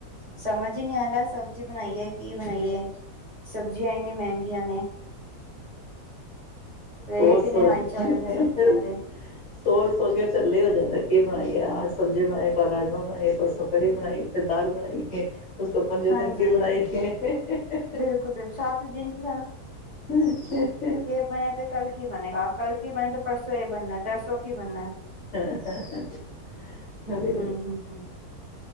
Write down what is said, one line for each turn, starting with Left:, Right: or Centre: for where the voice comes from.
Right: ਸਮਝ ਹੀ ਨਹੀ ਆਉਂਦਾ ਸਬਜ਼ੀ ਬਣਾਈਏ ਕੀ ਬਣਾਈਏ, ਸਬਜ਼ੀਆਂ ਇੰਨੀ ਮਹਿੰਗੀਆਂ ਨੇ। ਰੇਟ
Left: ਹੋਰ ਸਰ
Right: ਇੰਨੇ ਹਾਈ ਚੱਲ ਰਹੇ ਨੇ ਸਬਜ਼ੀਆਂ ਦੇ
Left: ਸੋ ਸੋਚ ਕੇ ਝਲੇ ਹੀ ਹੋ ਜਾਂਦਾ ਕਈ ਵਾਰੀ ਅਜ ਸਬਜ਼ੀ ਬਣਾਈਏ, ਕਲ ਰਾਜਮਾਂ ਬਣਾਈਏ, ਪਰਸੋਂ ਕੜੀ ਬਣਾਈ ਫੇਰ ਦਾਲ ਬਣਾਈਏ ਕੇ- ਉਸ ਤੋਂ ਪੰਜੋ
Right: ਹਾਂਜੀ
Left: ਦਿਨ ਕੀ ਬਣਾਈ ਸੀ। ਹਾਂ
Right: ਬਿਲਕੁਲ ਬਿਲਕੁਲ ਸੱਤ ਦਿਨ ਤੇ
Left: -ਹਾਂ -ਹਾਂ।
Right: ਬਣੇ ਤੇ ਕਲ ਕੀ ਬਣੇਗਾ ਕਲ ਕੀ ਬਣੇ ਤਾਂ ਪਰਸੋਂ ਇਹ ਬਣਨਾ ਹੈ ਤਰਸੋਂ ਕੀ ਬਣਨਾ ਹੈ।
Left: ਹਾਂ- ਹਾਂ -ਹਾਂ ਹ- ਹਾਂਜੀ
Right: ਹੂੰ ਹੂੰ ਹੂੰ